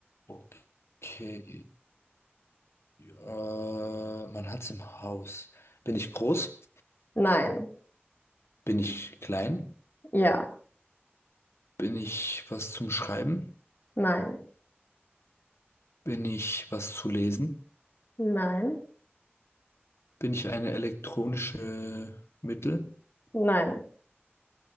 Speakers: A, on the left; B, on the left.
A: Okay. Äh, man hat es im Haus. Bin ich groß?
B: Nein,
A: Bin ich klein?
B: ja,
A: Bin ich was zum Schreiben?
B: nein,
A: Bin ich was zu lesen?
B: nein,
A: Bin ich eine elektronische Mittel?
B: nein.